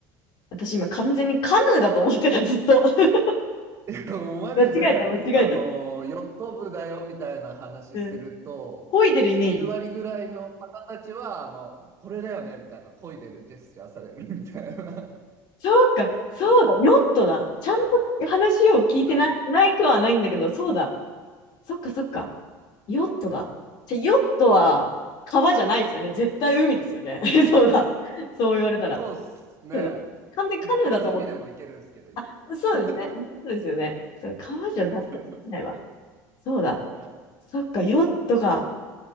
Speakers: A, on the left; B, on the right.
A: 私今完全にカヌーだと思ってた、ずっと。<laughs>
B: <laughs> でもマジで、
A: 間違えた、間違えた。
B: あの、ヨット部だよみたいな話すると、
A: うん。漕いでるイメージ。
B: 9割ぐらいの方たちは、あの、これだよねみたいな、漕いでるジェスチャーされるみたいな。
A: そうか、そうだ、ヨットだ。ちゃんと話を聞いてない、
B: はい、は
A: ないくはないんだけど、そうだ。そっか、そっか。ヨットだ。じゃ、ヨットは川じゃないですよね。
B: い。よ
A: 絶対海ですよね。<laughs> そうだ。そう言われたら。
B: そうっすね。
A: そうだ。完全カヌーだと思って、
B: 湖でも行けるんですけど、一応。
A: あ、そうですね。
B: <laughs>
A: そうですよね。そう、川じゃダメだ。
B: そうそうそう。
A: ないわ。そうだ。
B: は
A: そっか、ヨットか。